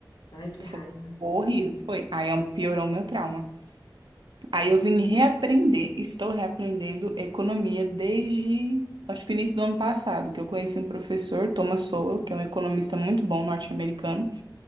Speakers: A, on the left; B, on the right.
A: Ai, que
B: Foi
A: raiva.
B: horrível, foi. Aí eu- piorou o meu trauma. Aí
A: Não.
B: eu vim reaprender, estou reaprendendo economia desde Acho que o início do ano passado, que eu conheci um professor, Thomas Sowell, que é um economista muito bom norte-americano.